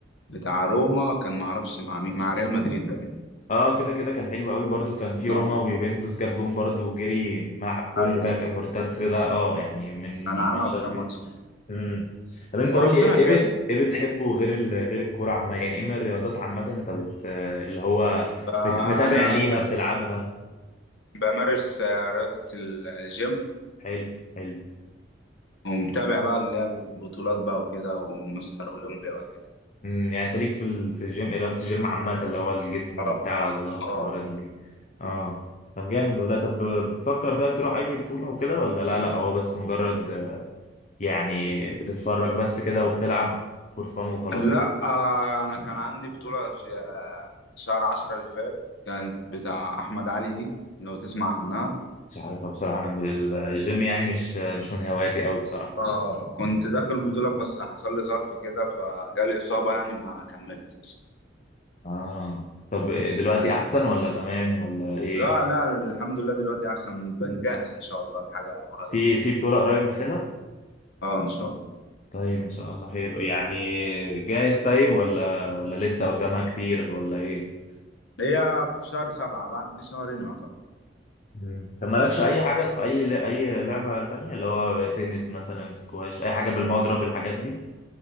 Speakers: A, on the left; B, on the left.
A: بتاع روما كان معرفش مع مين مع ريال مدريد بقى
B: اه كده كده كان حلو قوي برضو كان في
A: آه.
B: روما ويوفنتوس جاب جون برضو وجري الملعب كله
A: أيوه
B: كده كان مرتد كده اه يعني من
A: أنا
B: من
A: عمل
B: ماتشات
A: كام
B: دي
A: ماتش
B: امم طب انت
A: وربنا
B: قول لي ايه
A: كرم
B: إيه بت ايه بتحبه غير ال... غير الكوره عامه يعني ايه من الرياضات عامه انت بت اللي هو
A: فأنا
B: مت... متابع ليها
A: ب-
B: بتلعبها
A: بمارس آه، رياضة الجيم
B: حلو حلو
A: ومتابع بقى اللي هي البطولات بقى وكده ومستر أولمبيا وكده
B: امم يعني انت ليك في ال... في الجيم ايه رياضة الجيم عامة اللي هو الجسم
A: اه
B: وبتاع العضلات
A: اه
B: والحوارات دي اه طب جامد ولا طب بتفكر طب تروح اي بطولة وكده ولا لا لا هو بس مجرد آه، يعني بتتفرج بس كده وبتلعب فور فان وخلاص
A: لا آه، انا كان عندي بطولة ش- شهر عشرة اللي فات كانت بتاع احمد علي دي لو تسمع عنها
B: مش عارفها بصراحة انا من ال- الجيم يعني مش آه، مش من هواياتي قوي بصراحة
A: آه، كنت داخل البطولة بس حصل لي ظرف كده فجالي اصابة يعني ما كملتش
B: اه طب دلوقتي
A: لكن-
B: احسن ولا تمام ولا ايه
A: لا لا الحمد لله دلوقتي احسن بنجهز ان شاء الله لحاجة قريبة
B: في في بطولة قريب داخلها
A: اه ان شاء الله
B: طيب ان شاء الله خير يعني جاهز طيب ولا ولا لسه قدامها كتير ولا ايه
A: هي في شهر سبعة بعد شهرين يعتبر
B: مم. طب مالكش اي حاجه في اي ل... اي لعبه تانية اللي هو تنس مثلا سكواش اي حاجه بالمضرب الحاجات دي